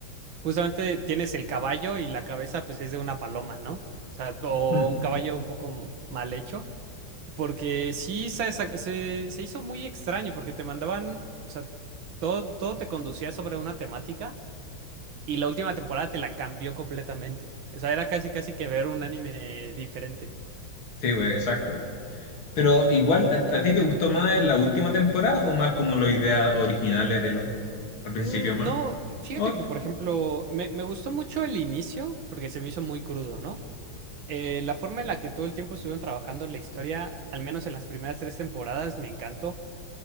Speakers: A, on the right; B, on the left.
A: Justamente tienes el caballo y la cabeza pues es de una paloma, ¿no? O sea, o
B: <laughs>
A: un caballo un poco m- mal hecho, porque sí se, sa- se, se hizo muy extraño porque te mandaban, o sea, todo, todo te conducía sobre una temática y la última temporada te la cambió completamente. O sea, era casi casi que ver un anime diferente.
B: Sí, pues, exacto. Pero igual, ¿a, a ti te gustó más la última temporada o más como las ideas originales de lo al principio
A: Mm,
B: más?
A: No, fíjate
B: Ot-
A: que por ejemplo, me, me gustó mucho el inicio porque se me hizo muy crudo, ¿no? Eh, la forma en la que todo el tiempo estuvieron trabajando la historia, al menos en las primeras tres temporadas, me encantó.